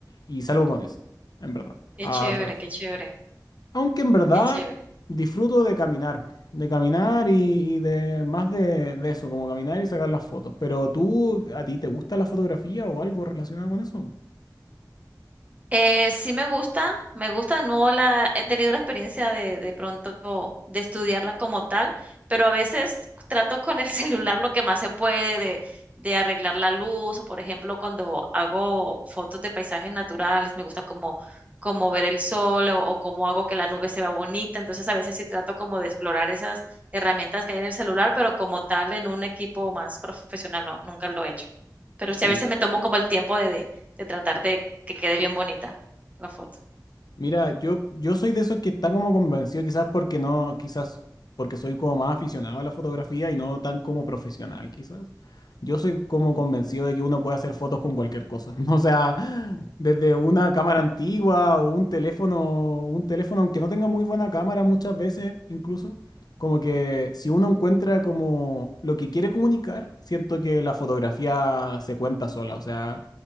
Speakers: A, on the left; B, on the right.
A: y salgo con ese, en verdad,
B: Qué
A: a
B: chévere,
A: sacar fotos.
B: qué chévere,
A: Aunque en verdad
B: qué chévere.
A: disfruto de caminar, de caminar y, y de más de, de eso, como caminar y sacar las fotos. Pero tú, ¿a ti te gusta la fotografía o algo relacionado con eso?
B: Eh, sí me gusta, me gusta, no la he tenido la experiencia de, de pronto de estudiarla como tal, pero a veces trato con el <laughs> celular lo que más se puede de, de arreglar la luz o por ejemplo cuando hago fotos de paisajes naturales, me gusta como, como ver el sol o, o cómo hago que la nube se vea bonita, entonces a veces sí trato como de explorar esas herramientas que hay en el celular, pero como tal en un equipo más profesional no, nunca lo he hecho. Pero
A: Sí.
B: sí a veces me tomo como el tiempo de, de de tratar de que quede bien bonita la foto.
A: Mira, yo, yo soy de esos que está como convencido, quizás porque no, quizás porque soy como más aficionado a la fotografía y no tan como profesional, quizás. Yo soy como convencido de que uno puede hacer fotos con cualquier cosa. <laughs> O sea, desde una cámara antigua o un teléfono, un teléfono aunque no tenga muy buena cámara muchas veces incluso, como que si uno encuentra como lo que quiere comunicar, siento que la fotografía se cuenta sola. O sea,